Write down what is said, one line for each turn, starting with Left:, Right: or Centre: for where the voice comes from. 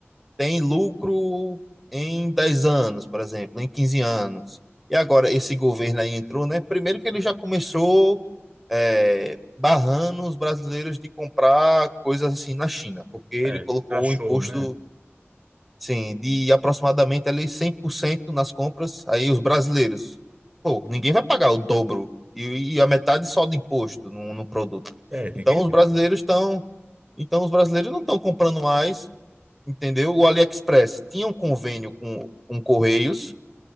Centre: tem lucro em 10 anos, por exemplo, em 15 anos. E agora esse governo aí entrou, né? Primeiro que ele já começou é, barrando os brasileiros de comprar coisas assim na China, porque ele
Right: É,
Centre: colocou
Right: cachorro,
Centre: o imposto
Right: né?
Centre: Sim, de aproximadamente ali 100% nas compras. Aí os brasileiros, pô, ninguém vai pagar o dobro e, e a metade só de imposto no, no produto.
Right: É, ninguém
Centre: Então os
Right: vai.
Centre: brasileiros estão, então os brasileiros não estão comprando mais, entendeu? O AliExpress tinha um convênio com, com Correios